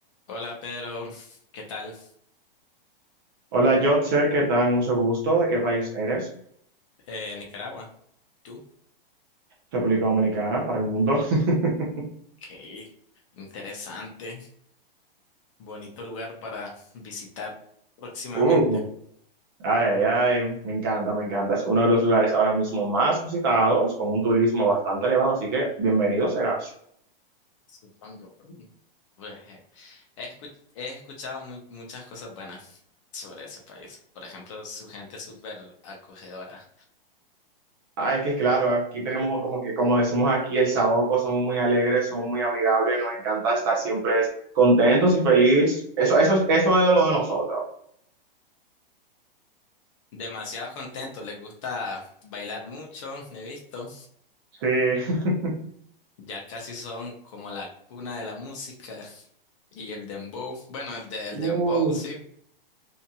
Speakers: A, on the left; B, on the right.
A: Hola Pedro, ¿qué tal?
B: Hola, Jotzer, ¿qué tal? Mucho gusto. ¿De qué país eres?
A: Eh, Nicaragua, ¿tú?
B: República Dominicana, para el mundo. <laughs>
A: Qué interesante, bonito lugar para visitar próximamente,
B: Uh, ay, ay, ay, me encanta, me encanta. Es uno de los lugares ahora mismo más visitados, con un turismo bastante elevado, así que bienvenido serás.
A: supongo. Pues, eh, He escu- he escuchado mu- muchas cosas buenas sobre ese país. Por ejemplo, su gente es súper acogedora.
B: Ah, es que claro, aquí tenemos como que, como decimos aquí, el saoco, somos muy alegres, somos muy amigables, nos encanta estar siempre contentos y felices. Eso, eso, eso es lo de nosotros.
A: Demasiado contento, les gusta bailar mucho, he visto.
B: Sí. <laughs>
A: Ya casi son como la cuna de la música y el dembow. Bueno, el del
B: Uh,
A: dembow, sí.